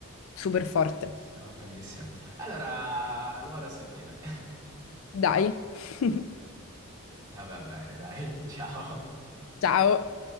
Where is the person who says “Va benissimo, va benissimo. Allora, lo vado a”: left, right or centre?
Right